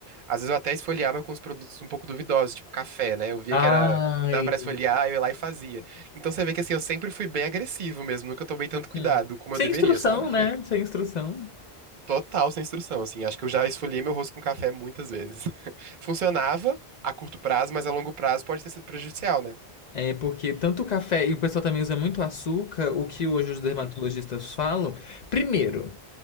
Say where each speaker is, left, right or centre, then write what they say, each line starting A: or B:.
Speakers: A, on the right; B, on the left.
A: Às vezes eu até esfoliava com os produtos um pouco duvidosos, tipo café, né? Eu via
B: Ai.
A: que era que dava pra esfoliar, eu ia lá e fazia. Então você vê que assim eu sempre fui bem agressivo mesmo, nunca tomei tanto cuidado
B: Hum.
A: como
B: Sem
A: eu deveria,
B: instrução,
A: sabe?
B: né? Sem instrução.
A: <laughs> Total sem instrução, assim. Acho que eu já esfoliei meu rosto com café muitas vezes. <laughs> Funcionava a curto prazo, mas a longo prazo pode ter sido prejudicial, né?
B: É porque tanto o café e o pessoal também usa muito açúcar, o que hoje os dermatologistas
A: Uhum.
B: falam. Primeiro,